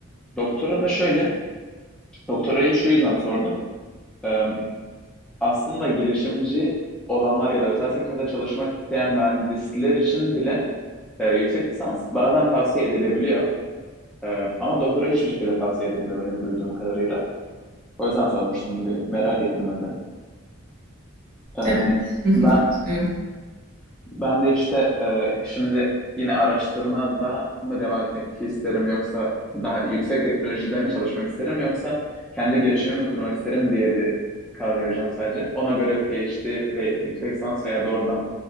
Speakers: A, in the centre; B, on the right.
A: Doktora da şöyle, doktorayı şu yüzden sordum. Ee, aslında girişimci olanlar ya da özel sektörde çalışmak isteyen mühendisler için bile ee, yüksek lisans bazen tavsiye edilebiliyor. Ee, ama doktora hiçbir şekilde tavsiye edilmiyor benim duyduğum kadarıyla. O yüzden sormuştum bir merak ettim öyle. Ee,
B: Evet. Hı hı,
A: ben
B: Katılıyorum.
A: ben de işte e, şimdi yine araştırmada mı devam etmek isterim yoksa daha yüksek teknolojide mi çalışmak isterim yoksa kendi girişimimi mi kurmak isterim diye bir karar vereceğim sadece. Ona göre PhD ve yüksek lisans veya doğrudan